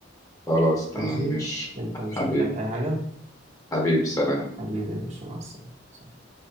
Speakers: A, on the left (about 20°); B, on the right (about 35°).
A: خلاص تمام
B: ماشي
A: ماشي
B: انت
A: حبيبي
B: مش محتاج اي حاجة
A: حبيبي سلام
B: حبيبي يا باشا مع السلامة